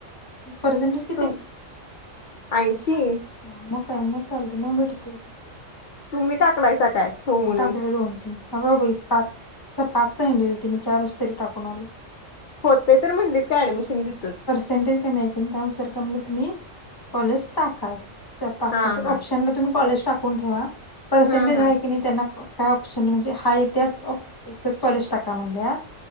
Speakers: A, on the left (about 20°); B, on the left (about 50°).
A: पर्सटेज
B: तुम ऐंशी.
A: ह मग काय, मग चालतय, मग भेटतय.
B: तुम्ही टाकलायसा काय? हो
A: आम्ही
B: म्हणून
A: टाकलोय दोन तीन,, अगं भाई पाच, पाच सांगितलेलं तनी चारच तरी टाकून आलो.
B: होतय तर म्हणलीत काय ऍडमिशन तितच.
A: <unintelligible> त्यानुार तुम्ही कॉलेज टाकायच. पाच
B: हा
A: सात
B: हा
A: ऑप्शनला तुम्ही कॉलेज टाकून ठेवा, पर्सेंटेज
B: हा हा
A: हाय किनी त्यांना काय ऑप्शन म्हणजे, हाय त्याच एकच कॉलेज टाका म्हणल्यात